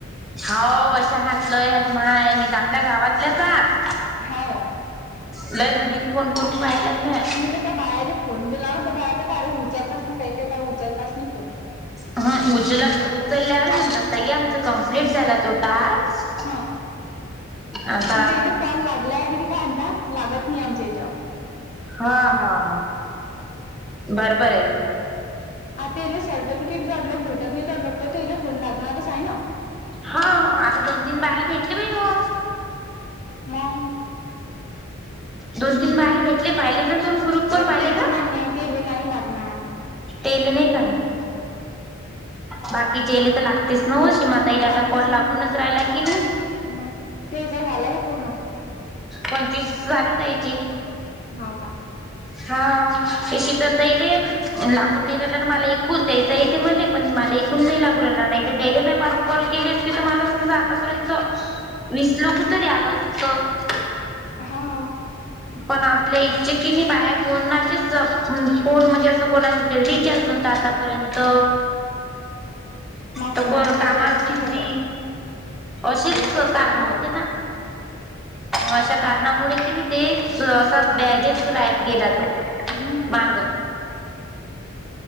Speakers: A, in the centre; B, on the left.
A: हो.... अशा हातलं हांत मायं. मी आपल्यां गांवातलेच आंत
B: हांव
A: लंय जणीला फोन करूंन पाहालाय मी.
B: मी नां त्यां बायाला फोन बि लावलां तरं बांया तरं डायरेक्ट उचलतंच नाहीं. कांहीं कांहीं बांया उचलंत नाहीं फोन.
A: हं.. उचलत-उचलल्यांवर म्हणतांत ताई आमचां कम्प्लीट झांला तो टास्क.
B: हां...
A: आता
B: आणि तेले कॉल लागल्यांवर कायं म्हंनतांत लागतं नाहीं आमच्यां हिच्यावर.
A: हां.. हां.. हां, बरोबर आहे.
B: आंता इले सर्टिफिकेट जडं लोकं भेटतं नाहीं तरं लोकं तो तेले फोन लागणांरच आहे नां
A: हो. आंता दोन-तीनं बाईल भेटली बाई ओ.
B: मंग
A: दोन-तीन बाईला भेटले. पाहिले नां तुम्हीं ग्रुप वरं
B: बर
A: पाहिले
B: तेच
A: कां
B: मान्य आहे तेले नाहीं लागणारं.
A: तेले नाहीं लागणारं, बाकीचेले तरं लागतेचं नं हो शिम त्यांनले
B: लागतेच
A: आंता कॉल
B: ना
A: लागूंनच राहिला कि नाहीं.
B: मग तेचा झाला का पूर्ण
A: पंचवीस झांले ते यांचे
B: हांव कां
A: हां शीतल ताई ले लागूंन नाहीं राहिला नां मलां कूंन त्यांयचं आहे ते मलां पणं मलां कूंन नाहीं लागूं राहिला नाहीं तरं त्यांला मं पांच कॉल केले असते तर मला समजा आतापर्यंत वीस लोक तरी आलं असत.
B: हा.
A: पण आपल्या ईथे कीनी बाया कोणाचेच फोन म्हणजे असं- कोणाची तर रिचार्ज नव्हत आतापर्यंत.
B: मग
A: तर
B: फोनात
A: कोण
B: बी रिचार्जच
A: कामात बिझी.
B: नाही होत
A: अशीच
B: रिचार्ज
A: कारणं
B: खतम
A: होते
B: झालत
A: ना? अशा कारणामुळे कि नाही ते- सध्या हेच राहत गेला तो
B: हम्म
A: मांग.